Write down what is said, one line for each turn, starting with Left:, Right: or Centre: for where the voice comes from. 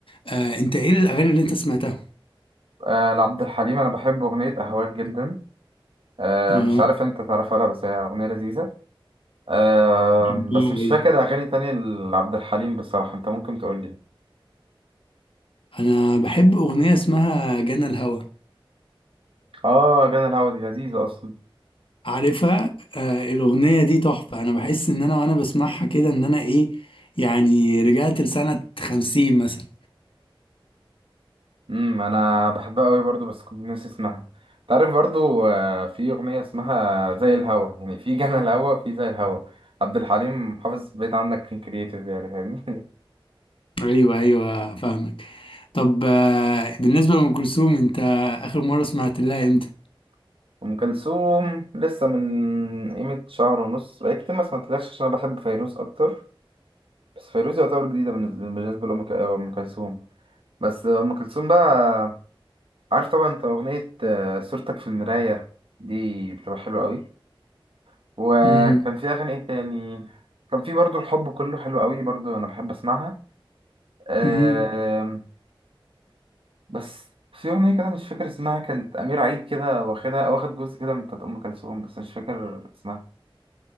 Left: آه انت ايه الاغاني اللي انت سمعتها
Right: آه لعبد الحليم انا بحب اغنيه اهواك جدا آه
Left: اه
Right: مش عارف انت تعرفها ولا بس هي اغنيه لذيذه آه
Left: بحبها
Right: بس مش
Left: أيوة.
Right: فاكر اغاني تانية لعبد الحليم بصراحه انت ممكن تقول لي
Left: انا بحب اغنيه اسمها جنى الهوى
Right: اه جانا الهوا دي لذيذه اصلا
Left: عارفها آه الأغنية دي تحفة أنا بحس إن أنا وأنا بسمعها كده إن أنا إيه يعني رجعت لسنة خمسين مثلا
Right: امم انا بحبها قوي برضو بس كنت ناسي اسمها تعرف برضو آه، في اغنيه اسمها زي الهوا يعني في جنى الهوا وفي زي الهوا عبد الحليم حافظ بيت عندك كان كرييتيف يعني فاهمني
Left: أيوه أيوه فاهمك طب آه بالنسبة لأم كلثوم أنت آخر مرة سمعت لها إمتى؟
Right: <laughs> ام كلثوم لسه من قيمه شهر ونص بقالي كتير ما سمعتلهاش عشان انا بحب فيروز اكتر بس فيروز يعتبر جديده بالنسبه بالنسبة لام ك- آه، أم كلثوم بس ام كلثوم بقى عارف طبعا انت اغنيه آه، صورتك في المرايه دي بتبقى حلوه قوي وكان
Left: امم
Right: في اغاني ايه تاني كان في برضو الحب كله حلو قوي برضو انا بحب اسمعها آم،
Left: امم
Right: بس في اغنيه كده مش فاكر اسمها كانت امير عيد كده واخدها واخد جزء كده من بتاعت ام كلثوم بس مش فاكر اسمها